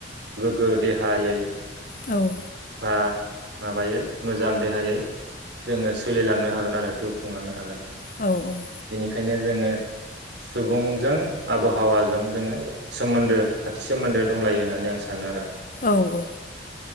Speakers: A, on the right (about 65°); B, on the left (about 45°).
A: गोग्गो देहायै
B: औ
A: बा माबायै मोजां देहायै जोङो सो सोलिलांनो हागोन आरो जिउ खुंलांनो हागोन।
B: औ औ
A: बेनिखायनो जोङो सुबुंजों आबहावाजों जोङो सोमोन्दो खाथि सोमोन्दो दंलायो होननानै आं सानो आरो। ओमफाय
B: औ औ